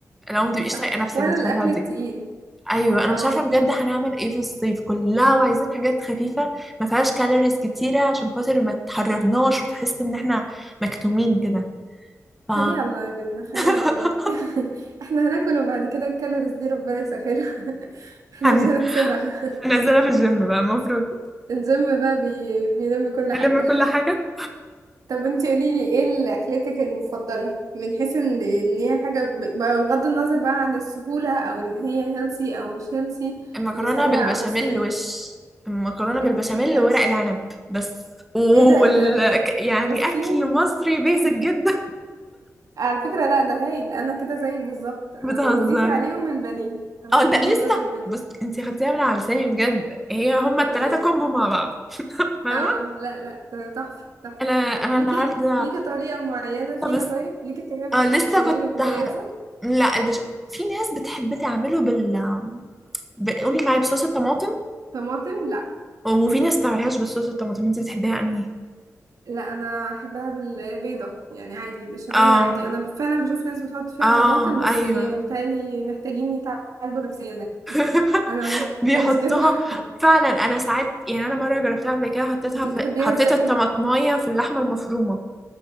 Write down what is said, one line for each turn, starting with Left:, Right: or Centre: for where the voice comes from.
Centre: لو ما تبقيش
Right: صح
Centre: طايقه نفسك
Right: ولا
Centre: بتفرهدي
Right: الاكل التقيل
Centre: ايوه انا
Right: اه
Centre: مش عارفه بجد هنعمل ايه في الصيف كلها وعايزين حاجات خفيفه ما فيهاش كالوريز كتيره عشان خاطر ما تحررناش وتحس ان احنا مكتومين كده ف
Right: خليها على الله يا منى خليها
Centre: <laughs>
Right: على الله <laughs> احنا هناكل وبعد كده الكالوريز دي ربنا يسهلها <laughs> احنا
Centre: هن...
Right: مش هنحسبها
Centre: هنزلها في الجيم بقى المفروض
Right: <laughs> الجيم بقى بي... بيلم كل
Centre: هنلم
Right: حاجة
Centre: كل حاجه
Right: طب انتي قوليلي ايه ال- اكلتك المفضلة من حيث ان ان هي حاجة ب- بغض النظر بقى عن السهولة او ان هي هيلثي او مش هيلثي
Centre: المكرونة
Right: وسريعة
Centre: بالبشاميل
Right: او مش سريعة
Centre: وش المكرونة بالبشاميل
Right: ايه ده ماتش
Centre: وورق العنب بس وال...
Right: ايه ده ايه ده
Centre: ك- يعني
Right: بصي
Centre: أكل مصري بيزك
Right: <laughs>
Centre: جدا
Right: على فكرة لا ده هايل انا كده زيك بالظبط انا
Centre: <laughs> بتهزري
Right: وضيفي عليهم البانيه انا
Centre: اه ده
Right: احب
Centre: لسه
Right: برضو البانيه
Centre: بص انتي خدتيها من على لساني بجد هي هما التلاتة
Right: بجد
Centre: كومبو مع بعض فاهمة
Right: اه لا لا ده تحفة تحفة
Centre: انا انا
Right: ليكي
Centre: النهاردة
Right: ليكي طريقة معينة فيها
Centre: طب بس
Right: طيب ليكي طريقة في
Centre: اه
Right: البشاميل
Centre: لسه كنت
Right: المميزة
Centre: ه... لا البش... في ناس بتحب تعمله بال ب- قولي معايا بصوص الطماطم
Right: طماطم لا
Centre: وفي ناس ما تعملهاش بصوص الطماطم انتي بتحبيها انهي
Right: لا انا احبها بالبيضة يعني عادي بشاميل
Centre: اه
Right: عادي انا فعلا بشوف ناس بتحط فيها
Centre: اه
Right: طماطم بس
Centre: ايوه
Right: يعني متهيألي محتاجين يتعالجوا نفسيا اكيد
Centre: <laughs>
Right: انا ما
Centre: بيحطوها
Right: بحبهاش كده <laughs>
Centre: فعلا انا ساعات يعني انا مره جربتها قبل كده حطيتها
Right: انتي
Centre: في
Right: بتحبيها
Centre: حطيت
Right: ازاي
Centre: الطماطمايه في اللحمه المفرومه